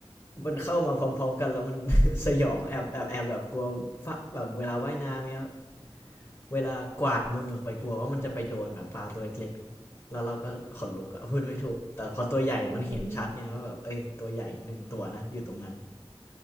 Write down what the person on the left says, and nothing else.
มันเข้ามาพร้อมๆกันแล้วมัน <laughs> สยองแอบแอบแอบแบบกลัวฟแบบเวลาว่ายน้ำเนี่ย เวลากวาดมือออกไปกลัวว่ามันจะไปโดนแบบปลาตัวเล็กๆแล้วเราก็ขนลุกอะพูดไม่ถูกแต่พอตัวใหญ่มันเห็นชัดไงว่าแบบเอ้ยตัวใหญ่หนึ่งตัวนะอยู่ตรงนั้น